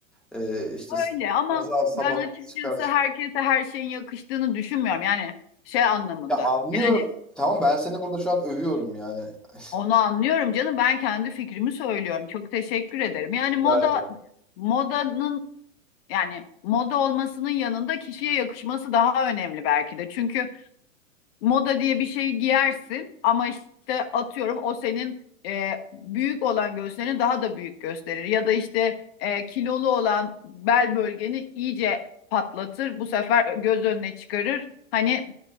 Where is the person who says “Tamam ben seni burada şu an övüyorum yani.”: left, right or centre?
Centre